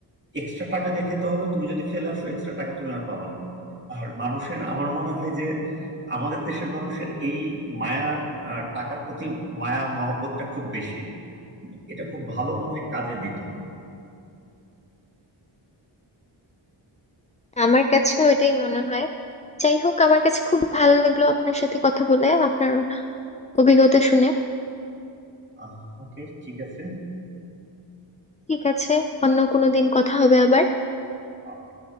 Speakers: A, on the right; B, on the left.
A: এক্সট্রা টাকা দিয়ে খেতে হবে তুমি যদি ফেলে আসো এক্সট্রা টাকা তুমি আর পাবে না আর মানুষের আমার মনে হয় যে আমাদের দেশের মানুষের এই মায়া আহ, টাকার প্রতি মায়া মহব্বতটা খুব বেশি এটা খুব ভালো মনে হয় কাজে দিত
B: আমার কাছেও এটাই মনে হয় যাই হোক আমার কাছে খুব ভালো লাগলো আপনার সাথে কথা বলে আপনার অভিজ্ঞতা শুনে
A: আহ ওকে ঠিক আছে
B: ঠিক আছে অন্য কোনো দিন কথা হবে আবার
A: ওকে